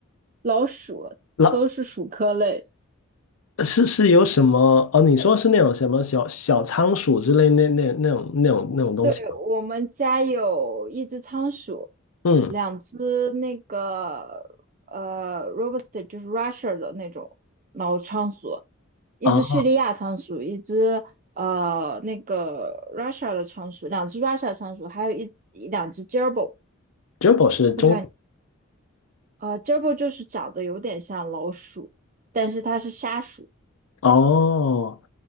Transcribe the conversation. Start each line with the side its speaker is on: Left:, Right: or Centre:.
Right: 老鼠都是鼠科类
Left: 老呃是是有什么？哦，你说是那种什么小小仓鼠之类那那那种那种那种东西吗？
Right: 对，我们家有一只仓鼠，
Left: 嗯
Right: 两只那个呃 Robust 就是 Russia 的那种老仓鼠，一只叙利亚仓鼠，
Left: 啊
Right: 一只呃那个 Russia 的仓鼠，两只 Russia 仓鼠，还有一只两只 j e r b i l
Left: ，Jumbo 是中
Right: 不知道你呃 j e r b i l 就是长得有点像老鼠，但是它是沙鼠。
Left: 哦，